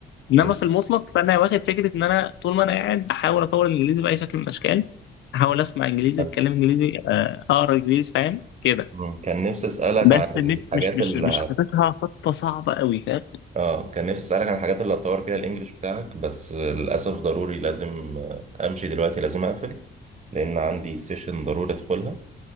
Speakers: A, on the left; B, on the right.
A: انما
B: جميل
A: في المطلق فانا واخد فكره ان انا طول ما انا قاعد بحاول اطور الانجليزي باي شكل من الاشكال احاول اسمع انجليزي
B: حلو.
A: اتكلم انجليزي آه، اقرا انجليزي فاهم كده
B: مم. كان نفسي أسألك
A: بس
B: عن الحاجات
A: مش مش مش
B: اللي
A: مش حاططها خطه صعبه قوي فاهم
B: اه كان نفسي أسألك عن الحاجات اللي هتطور فيها الإنجليش بتاعك بس آه، للأسف ضروري لازم آه، أمشي دلوقتي لازم أقفل لأن عندي سيشن ضروري أدخلها